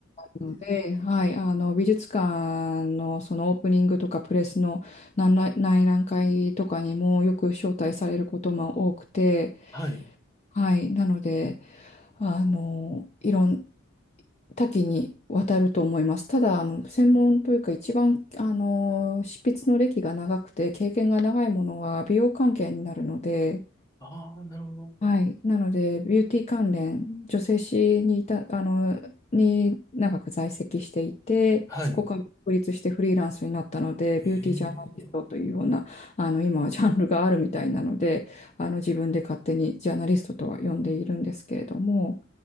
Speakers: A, on the left; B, on the left.
A: なので、
B: え。
A: はい、あの、美術館のそのオープニングとかプレスの内覧内覧会とかにもよく招待されることも多くて、
B: はい。
A: はい、なので、あの、いろん、多岐にわたると思います。ただ、あの、専門というか一番、あの、執筆の歴が長くて経験が長いものは美容関係になるので、
B: ああ、なるほど。
A: はい。なので、ビューティー関連、女性誌にいた、あの、に長く在籍していて、
B: はい。
A: そこから独立してフリーランスになったので、ビューティージャーナリストというような、
B: へえ。
A: あの、今はジャンルがあるみたいなので、あの、自分で勝手にジャーナリストとは呼んでいるんですけれども、